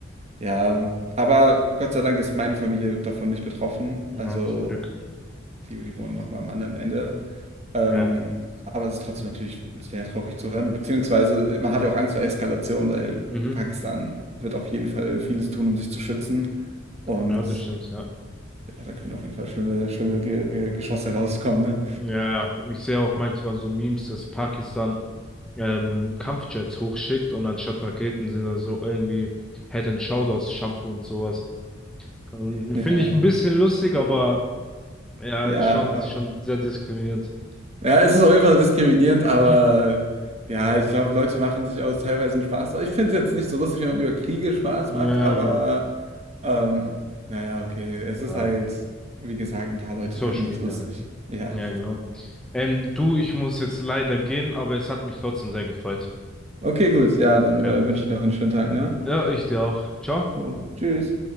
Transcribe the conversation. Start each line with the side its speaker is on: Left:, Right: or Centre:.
Right: ja, aber Gott sei Dank ist meine Familie davon nicht betroffen.
Centre: Ja,
Right: Also
Centre: zum Glück.
Right: die, die wohnen noch mal am anderen Ende. Ähm,
Centre: Ja,
Right: aber es ist trotzdem natürlich sehr traurig zu hören. Beziehungsweise man hat ja auch Angst vor Eskalation, weil
Centre: mhm.
Right: Pakistan wird auf jeden Fall vieles tun, um sich zu schützen. Und
Centre: Ja, das stimmt, ja.
Right: ja, da können auf jeden Fall schlimme, schlimme Ge äh, Geschosse rauskommen, ne?
Centre: Ja, ja, ich sehe auch manchmal so Memes, dass Pakistan ähm, Kampfjets hochschickt und anstatt Raketen sind da so irgendwie Head and Shoulders Shampoo und sowas. Ähm,
Right: Ja,
Centre: Finde ich ein bisschen lustig, aber ja,
Right: ja.
Centre: ist schon, ist schon sehr diskriminierend.
Right: Ja, es ist auf jeden Fall diskriminierend, aber
Centre: Hm?
Right: ja, ich glaube, Leute machen sich aus teilweise einen Spaß. draus. Ich finde es jetzt nicht so lustig, wenn man über Kriege Spaß
Centre: Ja,
Right: macht, aber
Centre: genau.
Right: Ähm, naja, okay. Es ist
Centre: Ja.
Right: halt, wie gesagt, ein paar Leute
Centre: Social
Right: finden das
Centre: Media
Right: lustig.
Centre: halt.
Right: Ja.
Centre: Ja, genau. Ähm, du, ich muss jetzt leider gehen, aber es hat mich trotzdem sehr gefreut.
Right: Okay, gut. Ja, dann
Centre: Okay.
Right: äh, wünsche ich noch einen schönen Tag, ne?
Centre: Ja, ich dir auch. Ciao.
Right: Jo, tschüss.